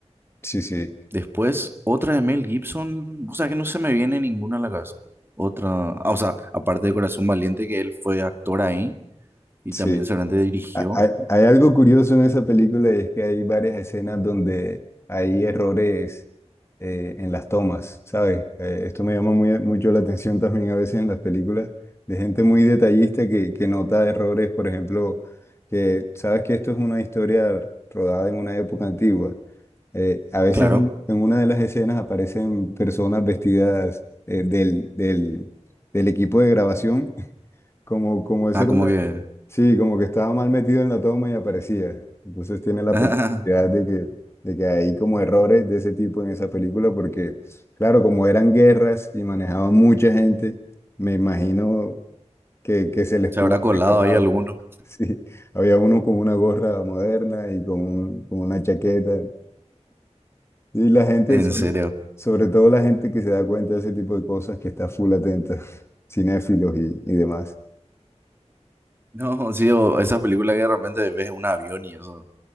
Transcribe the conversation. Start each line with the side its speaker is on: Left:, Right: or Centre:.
Left: Sí, sí,
Right: Después, otra de Mel Gibson, o sea que no se me viene ninguna a la cabeza. Otra, ah, o sea, aparte de Corazón Valiente, que él fue actor ahí y
Left: sí.
Right: también seguramente dirigió.
Left: Ha- Hay, hay algo curioso en esa película y es que hay varias escenas donde hay errores eh, en las tomas, ¿sabes? Eh, esto me llama muy- mucho la atención también a veces en las películas de gente muy detallista que, que nota errores, por ejemplo, que sabes que esto es una historia rodada en una época antigua. Eh, a veces
Right: Claro.
Left: en, en una de las escenas aparecen personas vestidas eh, del, del del equipo de grabación como, como de ser
Right: Ah, como
Left: una...
Right: que
Left: Sí, como que estaba mal metido en la toma y aparecía. Entonces tiene la
Right: <laughs>
Left: peculiaridad de que, de que hay como errores de ese tipo en esa película porque, claro, como eran guerras y manejaban mucha gente, me imagino que, que se les
Right: se
Left: pudo
Right: habrá colado
Left: haber escapado.
Right: ahí alguno.
Left: <laughs> Sí, había uno con una gorra moderna y con, un- con una chaqueta. Y la gente,
Right: En
Left: sobre,
Right: serio.
Left: sobre todo la gente que se da cuenta de ese tipo de cosas, que está full atenta, <laughs> cinéfilos y, y demás.
Right: No, sí, o esas películas que de repente ves un avión y eso.